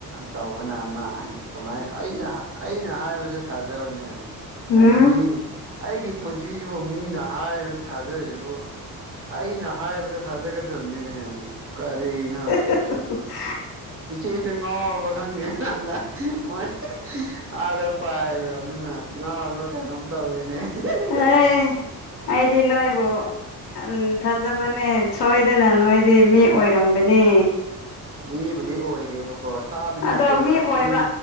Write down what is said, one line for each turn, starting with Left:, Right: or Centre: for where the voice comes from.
Right: ꯇꯧꯕꯅ ꯑꯃ ꯀꯃꯥꯏꯅ ꯑꯩꯅ ꯑꯩꯅ ꯍꯥꯏꯕꯁꯦ ꯊꯥꯖꯕꯅꯦ
Left: ꯎꯝ
Right: ꯑꯗ ꯃꯤ ꯑꯩꯒꯤ ꯄꯨꯟꯁꯤꯁꯤꯕꯨ ꯃꯤꯅ ꯍꯥꯏꯔ ꯊꯥꯖꯔꯤꯁꯤꯕꯨ ꯑꯩꯅ ꯍꯥꯏꯕꯗ ꯊꯥꯖꯒꯗꯕꯅꯤꯅꯦ ꯀꯔꯤꯅꯣ
Left: <unintelligible>
Right: ꯏꯆꯦꯁꯨ ꯉꯥꯎꯔꯕ ꯈꯪꯗꯦ ꯍꯟꯗꯛ ꯃꯣꯏ ꯑꯥꯗ ꯄꯥꯏ ꯍꯥꯏꯈ꯭ꯔꯕꯅꯤꯅ ꯉꯥꯔꯕ꯭ꯔꯥ ꯀꯩꯅꯣꯝ ꯇꯧꯔꯦꯅꯦ ꯑꯍꯤꯍꯤꯍꯤ
Left: ꯑꯩ
Right: ꯈꯤꯈꯤꯈꯤ
Left: ꯑꯩꯗꯤ ꯅꯣꯏꯕꯨ ꯎꯝ ꯊꯥꯖꯕꯅꯦ ꯁꯣꯏꯗꯅ ꯅꯣꯏꯗꯤ ꯃꯤ ꯑꯣꯏꯔꯝꯒꯅꯤ
Right: ꯃꯤꯕꯨꯗꯤ ꯑꯣꯏꯔꯦꯕꯀꯣ ꯁꯥꯗꯤ ꯅꯠꯇꯦꯕ
Left: ꯑꯗꯣ ꯑꯣꯏꯕ
Right: ꯃꯤ